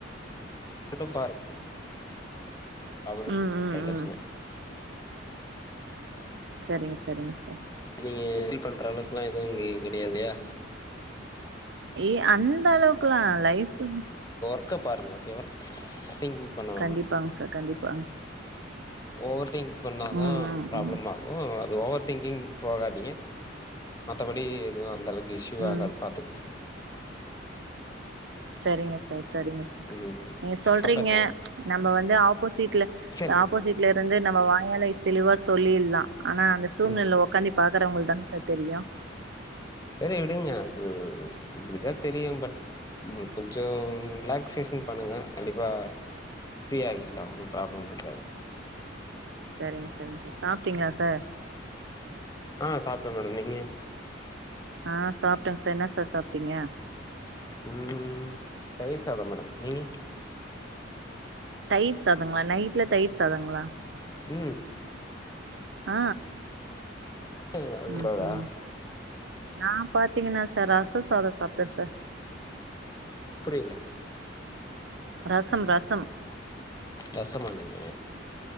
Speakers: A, on the left; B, on the right.
A: விடும் பாருக் அதுனால்
B: ம் ம்
A: வர ப்ரச்சன
B: ம் செரிங்க சொரிங்க சார்
A: நீங்க ஹெல்ப் பண்ற அளவுக்குல்லா எதுவு இங்க கெடையாதுயா
B: ஏ அந்த அளவுக்குல்லா லைஃப்ஃபுன்
A: அக்கா பாருங்க ஓகேவா திங்கிங் பண்ண வேணா
B: கண்டிப்பாங்க சார் கண்டிப்பாங்
A: ஓவர் திங்க் பண்ணாதா
B: ம் ம்
A: ப்ராப்ளம்
B: ம்
A: ஆகு ஓவர் திங்கிங் போகாதீங்க மத்தபடி எதுவு அந்த அளவுக் இஸ்யூ ஆகாது
B: ம்
A: பாத்துக்லா
B: செரிங்க சார் செரிங்க சார்
A: ம்
B: நீங்க சொல்றீங்க
A: சாப்ட்டாச்சா
B: நம்ப வந்து ஆப்போசிட்ல
A: சரி சரி
B: ஆப்போசிட்லருந்து நம்ப வாங் வேலை செளிவா சொல்லில்லா ஆனா அந்த சூழ்நில
A: ம்
B: ஒக்காந்தி பாக்கறவங்கள் இதானுங்க சார் தெரியு
A: விடுங்க விடுங்க அது இப்டிதா தெரியு பட் உங்களுக்கு கொஞ்சோ ரிலாக்சேஷன் பண்ணுங்க கண்டிப்பா ஃப்ரீயாகில்லா ஒன்னும் ப்ராப்ளம் இருக்காது
B: செரிங்க சொரிங்க சார் சாப்ட்டீங்ளா சார்
A: ஆ சாப்ட்ட மேடம் நீங்க
B: அ சாப்ட்ட சார் என்ன சார் சாப்ட்டீங்க
A: ம் தயிர்சாதோ மேடம் நீங்க
B: தயிர் சாதங்ளா நைட்ல தயிர் சாதங்ளா
A: ம்
B: ஆ
A: இல்ல இல்ல அது உண்மதா
B: ம் ம் நா பாத்தீங்ன்னா சார் ரச சாதோ சாப்ட்ட சார்
A: புரில
B: ரசம் ரசம்
A: ரசமா நீங்க